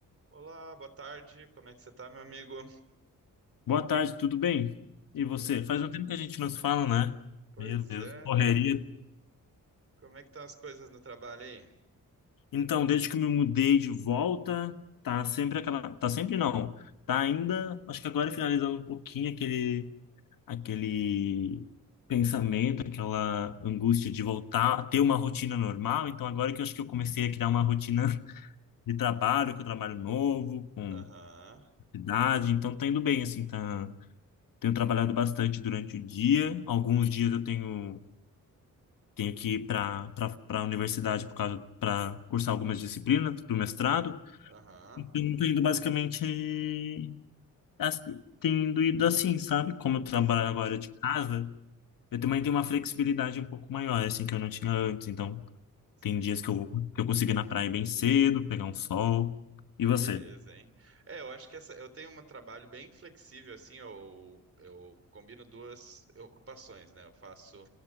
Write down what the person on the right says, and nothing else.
Olá, boa tarde. Como é que você tá, meu amigo?
Tudo.
Pois
é,
né? Como é que estão as coisas no trabalho aí?
Aham,
aham.
Sim,
sim.
Que
beleza, hein? É, eu acho que essa, eu tenho um trabalho bem flexível, assim, eu, eu combino duas ocupações, né? Eu faço,